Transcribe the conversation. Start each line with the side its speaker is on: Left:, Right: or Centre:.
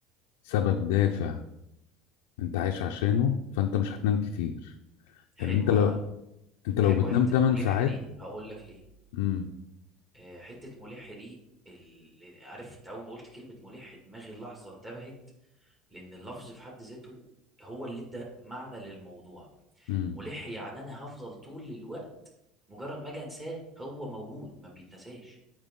Left: سبب دافع انت عايش عشانه فانت مش هتنام كتير
Right: حلوه
Left: لان انت لو انت لو
Right: حلوه
Left: بتنام
Right: حته
Left: 8
Right: ملح
Left: ساعات
Right: دي هقول لك ليه
Left: امم
Right: آه، حته ملح دي ال... عارف انت اول ما قلت كلمه ملح دماغي اللحظه انتبهت لان اللفظ في حد ذاته هو اللي ادى معنى للموضوع
Left: امم
Right: ملح يعني انا هفضل طول الوقت مجرد ما اجي انساه هو موجود ما بيتنساش